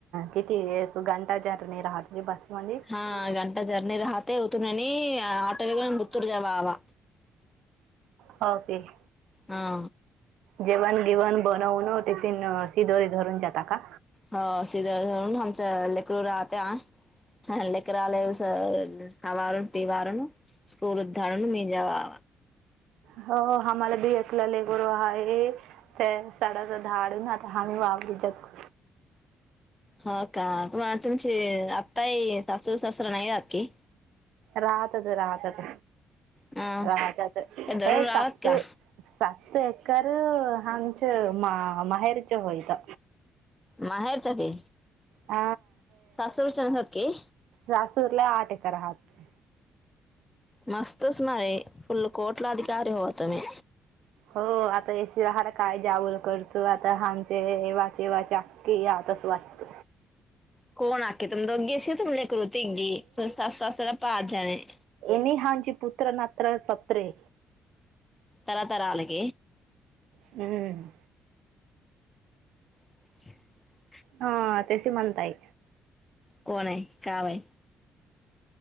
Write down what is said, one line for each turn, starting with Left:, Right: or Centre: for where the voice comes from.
Right: किती ये तू घंटा जर नाही राहत बस मध्ये ह
Left: हा घंटा जर्नी राहते उतून आणि ऑटो वगून बीतूर जावा आवा.
Right: हो तेेच.
Left: हा.
Right: जेवण गेवण बनवून टिफिन शिधोरी घरून देता का?
Left: हो शिदोरी घेवून आमच्या लेकरू बाळात हा लेकरालेस अवारून पिवारण स्कूल धाडून मी द्यावा
Right: हो आम्हाला भीयलाले गर हा आहे त्या साडा धाडून आता ह् वावूच्यात
Left: हो का मग तुमची आताही सासू सासूरा नाही आकी
Right: राहतच राहतच
Left: अ
Right: राहच
Left: ते दररोज
Right: हे
Left: राहत
Right: साते
Left: का
Right: तेकर हचे मा माहेरचे होयता
Left: माहेरचाकीी
Right: हा
Left: सासूर चनसकीे
Right: रासूरला आठ एका राहात
Left: मस्त सुमारे फुल कोर्टला अधिकारी हो तुमही
Right: हो आता एसीला हला काय जाव करतो आता आमचे वाचे अखे या तस वाटत
Left: कोण आके तुम दो अघी अस तुम ललेक रुतीीघ तुम सस ससरा पा जाणे
Right: एने हांची पुत्र नात सते
Left: तरातरा आलाग
Right: हम्म
Left: <inaudible>
Right: हा त्याशी म्हणताई
Left: कोण आहे कावाय